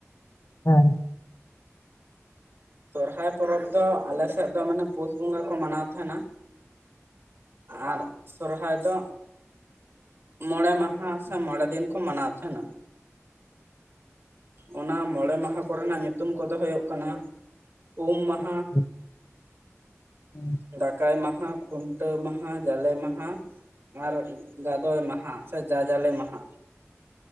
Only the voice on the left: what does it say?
ᱦᱮᱸ
ᱦᱮᱸ ᱦᱩᱸ <inaudible>